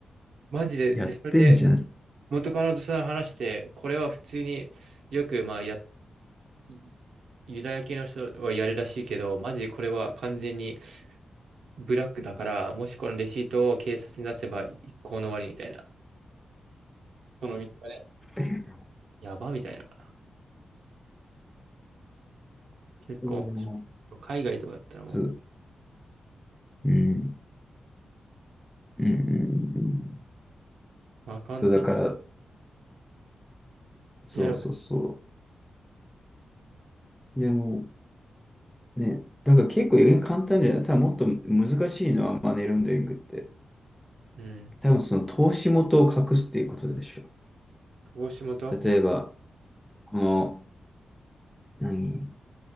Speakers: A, on the right (about 80°); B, in the centre.
A: マジで。
B: やってんじゃん。
A: で、それで元カノとさ、話して、これは普通によくまあやいユダヤ系の人はやるらしいけど、マジこれは完全にブラックだから、もしこのレシートを警察に出せば一行の終わりみたいな。その道がね、
B: う
A: やばみたいな。結構面白い、
B: ん
A: 海外とかだったらもう、
B: そう、うん、うん、
A: うん
B: うん、うん
A: まあ、カウンテ
B: そう、だから、そうそうそ
A: やれば。
B: う。でも、ね、だから結構簡単じゃない。ただもっと難しいのはマネーロンダリングって。
A: うん。
B: 多分その投資元を隠すっていうことでしょ。
A: 投資元あ
B: 例えば、この、何、